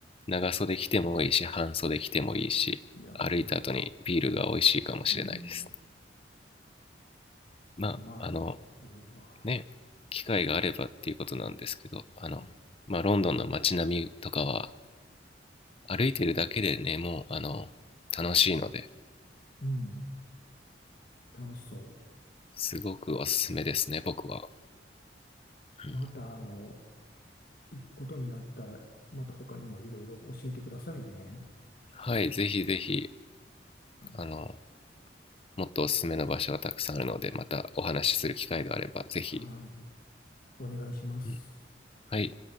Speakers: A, on the left; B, on the left.
A: 長袖着てもいいし半袖着てもいいし歩いた後にビールが美味しいかもしれないです
B: いやー、いいな。うん。
A: まああの
B: まあ、いいわ。
A: ね機会があればっていうことなんですけどあの、
B: はい。
A: まあ、ロンドンの街並みとかは歩いてるだけでねもうあの楽しいので
B: うん、楽しそ
A: すごくおすすめですね僕は、う
B: う。また、あの、行くことになったら、また他にもいろいろ教えてくださいね。
A: ん、はいぜひぜひ
B: はい。
A: あのもっとおすすめの場所がたくさんあるのでまたお話しする機会があればぜひ、
B: はい。お願いします。
A: うん、はい